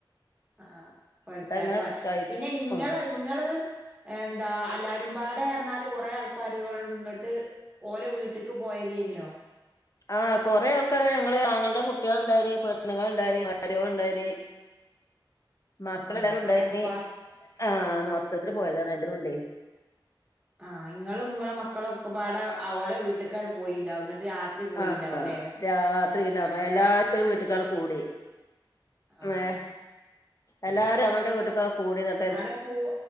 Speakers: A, on the right; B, on the left.
A: ആഹ് കൊഴച്ചാല്
B: എന്നിട്ട് അങ്ങനെ
A: പറ
B: കഴിക്കും
A: പിന്നെ ഇങ്ങള്
B: ഉം
A: നിങ്ങള്.. എന്താ അല്ലാരുംപാടെ പറന്നാല് കൊറെേ ആൾക്കാരുകൾ എന്നിട്ട് ഓലെ വീട്ട.. വീട്ടക്ക് പോയതെയ്ന്നൊ
B: ആഹ് കൊറെ ആൾക്കാര് ഞങ്ങള് ആങ്ങളുടെ കുട്ടികൾ ഉണ്ടായ്നി പെണ്ണുങ്ങൾ ഉണ്ടായനി മരോൾ ഉണ്ടായ്നി മക്കളെല്ലാരും
A: ഉം
B: ഉണ്ടായി
A: ഓലൊക്കെപ്പാ
B: ഇനി ആഹ് മൊത്തത്തില് പോയതാണ് എല്ലാരും ഉണ്ടേ
A: ആഹ് ഇങ്ങളും ഇങ്ങളെ മക്കളും ഒക്കെ പാടെ ഓലെ വീട്ടുകാണ്ട് പോയിണ്ടാവു എന്നിട്ട് രാത്രി പോയിണ്ടാവുംല്ലേ
B: ആഹ് രാത്രി പിന്നെ എല്ലാരും ഒരു വീട്ട്കാണ്ട്കൂടി
A: ആഹ്
B: ഏഹ് എല്ലാരും ആങ്ങളുടെ വീട്ടക്കാ കൂടി ഇന്നി
A: അവിടെ പോ